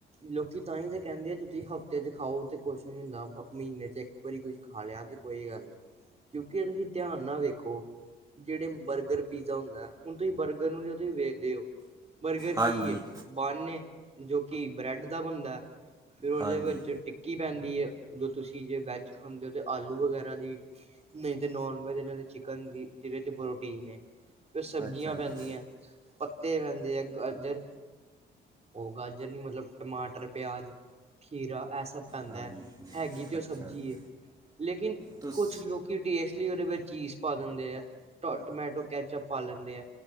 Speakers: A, on the right; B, on the right.
A: ਲੋਕੀ ਤਾਂਹੀ ਤੇ ਕੈੰਦੇਂ ਐ ਜੇ ਤੁਸੀਂ ਹਫ਼ਤੇ ਚ ਖਾਓ ਤੇ ਕੁਛ ਨੀ ਹੁੰਦਾ, ਹ ਮ੍ਹੀਨੇ ਚ ਇੱਕ ਵਾਰੀ ਕੁਛ ਖਾ ਲਿਆ ਤੇ ਕੋਈ ਗੱਲ ਨੀ, ਕਿਓਂਕੇ ਏ ਤੁਸੀਂ ਧਿਆਨ ਨਾਲ ਵੇਖੋ ਜੇੜੇ ਬਰਗਰ ਪੀਜ਼ਾ ਹੁੰਦੈ, ਹੁਣ ਤੁਸੀਂ ਬਰਗਰ ਨੂੰ ਜਦੋਂ ਤੁਸੀਂ ਵੇਖਦੇ ਔ ਬਰਗਰ
B: ਹਾਂਜੀ
A: ਕੀ ਏ? ਅੱਣੇ, ਜੋ ਕਿ ਬ੍ਰੈਡ ਦਾ ਬਣਦੈ। ਫੇਰ ਓਹਦੇ
B: ਹਾਂਜੀ
A: ਵੇੱਚ ਟਿੱਕੀ ਪੈਂਦੀ ਏ। ਜੋ ਤੁਸੀਂ ਜੇ ਵੈਜ ਖਾਂਦੇ ਹੋ ਤਾਂ ਆਲੂ ਵਗੈਰਾ ਦੀ, ਨਹੀਂ ਤੇ ਨੋਨ ਵੈਜ ਆਲੇਆਂ ਦੇ ਚਿਕਨ ਦੀ, ਜਿਦੇ ਚ ਪ੍ਰੋਟੀਨ ਏ। ਫੇਰ ਸਬਜ਼ੀਆਂ
B: ਅੱਛਾ
A: ਪੈਂਦੀਐ
B: ਜੀ
A: ਪੱਤੇ ਪੈਂਦ ਤੇ ਐ ਗਾਜਰ ਔ ਗਾਜਰ ਨੀ ਮਤਲਬ ਟਮਾਟਰ, ਪਿਆਜ, ਖੀਰਾ ਐ ਸਭ ਪੈਂਦਾ,
B: ਹਾਂਜੀ
A: ਹੈਗੀ ਤੇ ਓਹ
B: ਅੱਛਾ
A: ਸਬਜ਼ੀ
B: ਜੀ
A: ਏ ਲੇਕਿਨ
B: ਤੁਸ
A: ਕੁਛ ਲੋਕੀ ਟੇਸਟ ਲੀ ਔਦੇ ਵਿੱਚ ਚੀਜ਼ ਪਾ ਦਿੰਦੇ ਐ, ਟੋਏ ਟਮੈਟੋ ਕੈਚਅਪ ਪਾ ਲੈਂਦੇ ਐ,